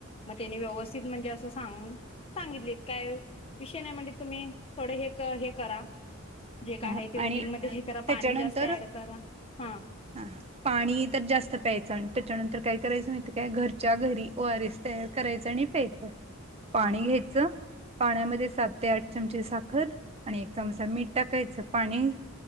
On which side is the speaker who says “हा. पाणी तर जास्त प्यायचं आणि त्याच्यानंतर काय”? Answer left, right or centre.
Right